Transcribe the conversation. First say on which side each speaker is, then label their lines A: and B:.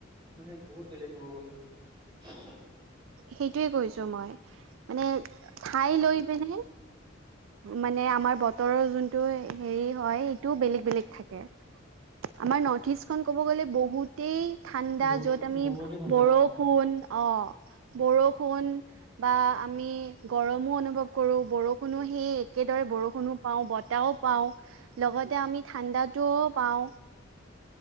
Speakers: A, on the right; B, on the right.
A: মানে বহুত বেলেগ ক'ব গ'লে। <inaudible>
B: সেইটোৱেই কৈছো মই মানে ঠাই লৈ পিনেই মানে আমাৰ বতৰৰ যোনটো হেৰি হয় সেইটোও বেলেগ বেলেগ থাকে। আমাৰ নৰ্থ ইষ্টখন ক'ব গ'লে বহুত বহুতেই ঠাণ্ডা
A: বহুত
B: য'ত আমি
A: বহুতে ঠাণ্ডা
B: বৰষুণ
A: অ
B: অ' বৰষুণ বা আমি গৰমো অনুভৱ কৰো বৰষুণকো সেই একেদৰে বৰষুণকো পাওঁ বতাহও পাওঁ লগতে আমি ঠাণ্ডাটোও পাওঁ।